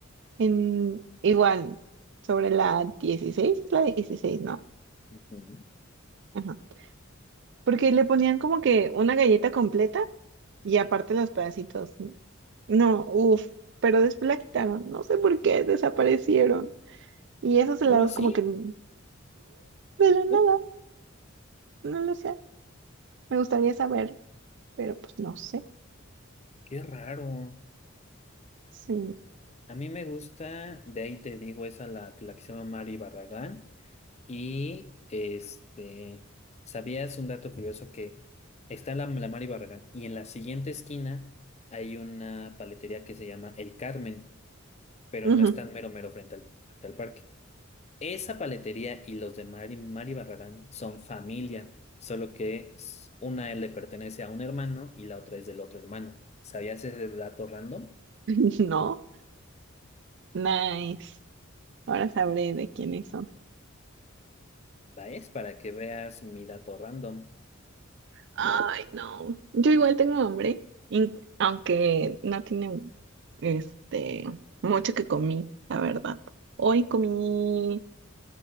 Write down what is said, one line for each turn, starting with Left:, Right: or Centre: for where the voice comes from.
Right: en igual, sobre la 16 es la dieciséis ¿no?
Left: Ujú.
Right: Ajá. Porque le ponían como que una galleta completa y aparte los pedacitos. No, uff, pero después la quitaron, no sé por qué, desaparecieron. Y esos helados
Left: ¿Solo así?
Right: como que, ujú, de la nada,
Left: Uh,
Right: no lo sé. Me gustaría saber, pero pues no sé.
Left: qué raro.
Right: Sí.
Left: A mí me gusta, de ahí te digo, esa la, la que se llama Mari Barragán. Y este, ¿sabías un dato curioso que está la, la Mari Barragán y en la siguiente esquina hay una paletería que se llama El Carmen, pero
Right: Ujú,
Left: no es tan mero mero frente al, frente al parque. Esa paletería y los de Mari, Mari Barragán son familia, solo que s- una le pertenece a un hermano y la otra es del otro hermano. ¿Sabías ese dato random?
Right: <laughs> No, nice. Ahora sabré de quiénes son.
Left: Es para que veas mi dato random.
Right: Ay, no. Yo igual tengo hambre, in- aunque no tiene este mucho que comí, la verdad. Hoy comí